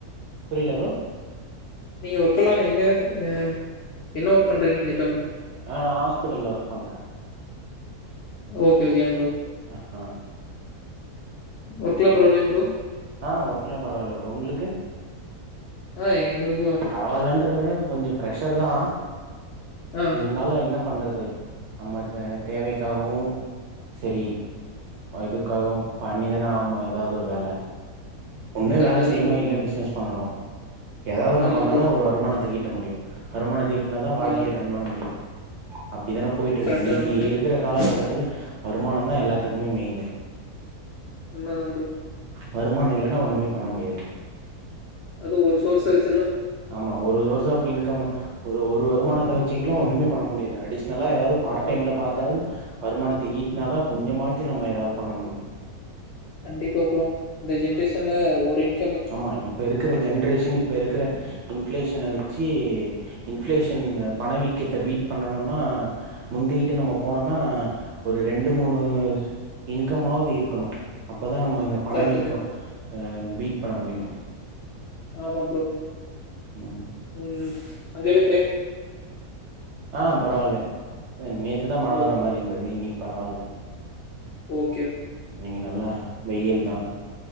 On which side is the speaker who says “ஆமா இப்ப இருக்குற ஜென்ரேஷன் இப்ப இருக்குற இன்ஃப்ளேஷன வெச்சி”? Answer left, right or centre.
Right